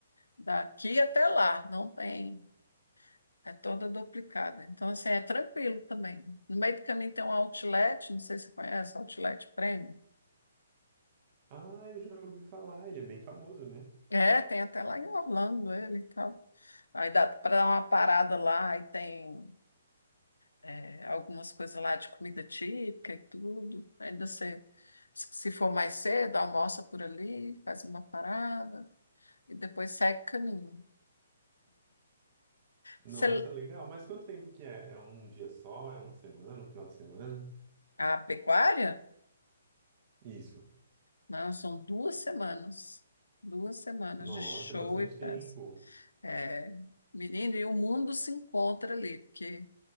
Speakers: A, on the left; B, on the right.
A: Daqui até lá, não tem. É toda duplicada. Então, assim, é tranquilo também. No meio do caminho tem um outlet, não sei se você conhece, outlet Premium.
B: Ah, eu já ouvi falar, ele é bem famoso, né?
A: É, tem até lá em Orlando ele e tal. Aí dá para dar uma parada lá e tem. é, algumas coisas lá de comida típica e tudo. Ainda você, se for mais cedo, almoça por ali, faz uma parada e depois segue o caminho.
B: Nossa,
A: Você-
B: legal. Mas quanto tempo que é? É um dia só? É uma semana? Um final de semana?
A: a pecuária?
B: Isso.
A: Não, são duas semanas. Duas semanas
B: Nossa,
A: de show
B: é bastante
A: e festa.
B: tempo.
A: É, menino, e o mundo se encontra ali, porque